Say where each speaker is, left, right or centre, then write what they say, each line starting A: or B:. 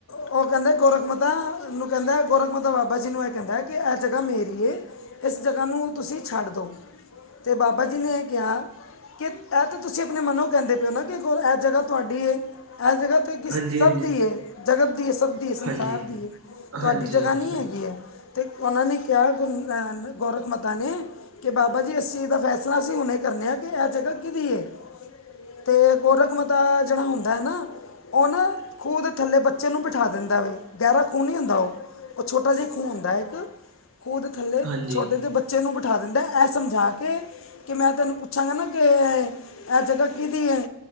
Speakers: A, on the left; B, on the right.
A: ਉਹ ਕਹਿੰਦੇ ਗੋਰਖਮਤਾ, ਨੂ ਕਹਿੰਦੇ ਗੋਰਖਮਤਾ, ਬਾਬਾ ਜੀ ਨੂੰ ਇਹ ਕਹਿੰਦਾ ਕਿ ਇਹ ਜਗ੍ਹਾ ਮੇਰੀ ਏ, ਇਸ ਜਗ੍ਹਾ ਨੂੰ ਤੁਸੀਂ ਛੱਡ ਦੋ। ਤੇ ਬਾਬਾ ਜੀ ਨੇ ਇਹ ਕਿਹਾ, ਕਿ ਇਹ ਤਾਂ ਤੁਸੀਂ ਆਪਣੇ ਮਨੋ ਕਹਿੰਦੇ ਪਏ ਓ ਨਾ ਕਿ ਇਹ ਜਗ੍ਹਾ ਤੁਹਾਡੀ ਏ, ਇਸ ਜਗ੍ਹਾ ਤੇ ਕਿਸ,
B: ਹਾਂਜੀ
A: ਸਭ ਦੀ ਏ, ਜਗਤ ਦੀ ਏ, ਸਭ
B: ਹਾਂਜੀ
A: ਸੰਸਾਰ
B: ਹਾਂਜੀ
A: ਦੀ, ਤੁਹਾਡੀ
B: ਹਾਂਜੀ
A: ਜਗ੍ਹਾ ਨੀ ਹੈਗੀ ਹੈ। ਅਤੇ ਉਹਨਾਂ ਨੇ ਕਿਹਾ, ਗ ਗੋੌਰਖ ਮਾਤਾ ਨੇ ਕਿ ਬਾਬਾ ਜੀ, ਇਸ ਚੀਜ਼ ਦਾ ਫੈਸਲਾ ਅਸੀਂ ਹੁਣੇ ਕਰਨੇ ਆ। ਕਿ ਇਹ ਜਗ੍ਹਾ ਕਿਹਦੀ ਏ? ਤੇ, ਗੋਰਕ ਮਤਾ ਜਿਹੜਾ ਹੁੰਦਾ ਹੈ ਨਾ ਉਹ ਨਾ, ਖੂਹ ਦੇ ਥੱਲੇ ਬੱਚੇ ਨੂੰ ਬਿਠਾ ਦਿੰਦਾ ਵੇ, ਗਹਿਰਾ ਖੂਹ ਨਹੀਂ ਹੁੰਦਾ ਉਹ। ਉਹ ਛੋਟਾ ਜਿਹਾ ਖੂਹੁੰ ਹੁੰਦਾ ਇੱਕ, ਖੂਹ ਦੇ ਥੱਲੇ
B: ਹਾਂਜੀ
A: ਛੋਟੇ ਜਿਹੇ ਬੱਚੇ ਬੱਚੇ ਨੂੰ ਬਿਠਾ ਦਿੰਦਾ ਇਹ ਸਮਝਾ ਕੇ, ਕਿ ਮੈਂ ਤੈਨੂੰ ਪੁੱਛਾਂਗਾ ਨਾ ਕਿ ਇਹ ਜਗ੍ਹਾ ਕਿਹਦੀ ਹੈ,